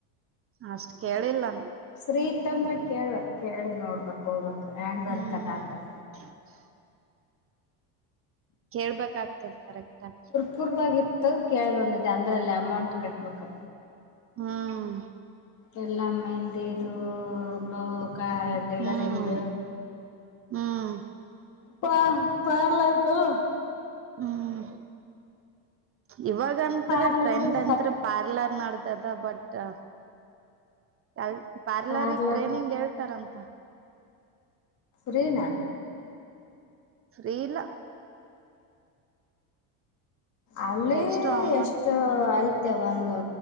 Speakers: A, on the right; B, on the left.
A: ಅಷ್ಟ್ ಕೇಳಿಲ್ಲ.
B: ಫ್ರೀ ಅಂದ್ರೆ ಕೇಳ ಕೇಳಿ ನೋಡ್ಬೇಕಕ್ ಹೋಗ್ಬೇಕಕ್ ಹ್ಯಾಂಡ್ ವರ್ಕ್
A: ಹ್ಮ್
B: ಅದ ಆಕದ.
A: <unintelligible> ಕೇಳ್ಬೇಕಾಗ್ತದ ಕರೆಕ್ಟ್ಾಗಿ.
B: ಪೂರ್ವಾಗಿ ಇತ್ತು ಕೇಳ ಬಂದಿದೆೆ ಅಂದ್ರಲ್ಲ ಅಮೌಂಟ್ ಕಟ್ಬೇಕು.
A: ಹ್ಮ-
B: ಎಲ್ಲ ಮೆಹಂದಿ ಇಿದ ಬ್ಲೌ. <unintelligible> ಟೈಲರಿಂಗ
A: ಹ್ಮ್ ಹ್ಮ್
B: ಪ ಪಾರ್ಲರ್ದು.
A: ಹ್ಮ್- ಇವಾಗತ್್ರ
B: ಪಾರ್ಲರ್ದು
A: ಟ್ರೆಂಡ್ ಅಂತ್ರ
B: ಸಪ್
A: ಪಾರ್ಲರ್ ನಡತದ ಬಟ್. ಅ ಪಾರ್ಲರಿ
B: ಪಾರ್ಲರ್
A: ಟ್ರೈನಿಂಗ್ ಹೇಳ್ತಾರಂತ.
B: ಫ್ರೀನ.
A: ಫ್ರೀ ಇಲ್ಲ.
B: ಅಲ್ಲಿ
A: ಎಷ್ಟು ಅಮೌಂಟ್
B: ಎಷ್ಟು ಐತೆ ಒಂದು